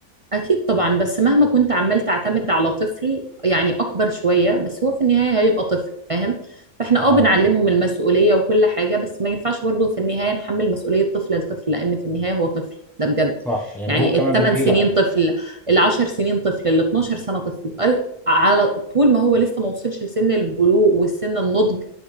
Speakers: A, on the right; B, in the centre.
A: أكيد طبعا بس مهما كنت عمال تعتمد على طفل يعني أكبر شوية بس هو في النهاية هيبقى طفل فاهم فإحنا
B: اه
A: أه بنعلمهم المسؤولية وكل حاجة بس ما ينفعش برضه في النهاية نحمل مسؤولية طفل لطفل لأن في النهاية هو طفل ده بجد
B: صح يعني
A: يعني
B: هو كمان
A: الثمان
B: بده
A: سنين
B: يلعب
A: طفل العشر سنين طفل ال 12 سنة طفل قال- على طول ما هو لسه ما وصلش لسن البلوغ والسن النضج